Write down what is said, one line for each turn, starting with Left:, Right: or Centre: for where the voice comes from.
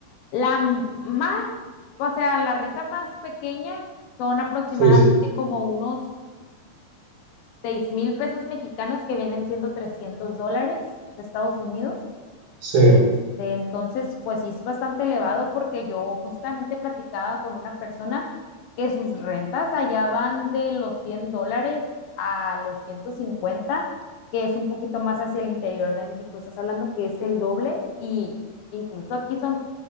Left: La más, o sea, la renta más pequeña son aproximadamente
Right: sí, sí.
Left: como unos seis mil pesos mexicanos que vienen siendo 300 dólares de Estados Unidos.
Right: Sí.
Left: Este, entonces, pues sí es bastante elevado porque yo justamente platicaba con una persona que sus rentas allá van de los 100 dólares a los 150, que es un poquito más hacia el interior de México. Estás hablando que es el doble y incluso aquí son,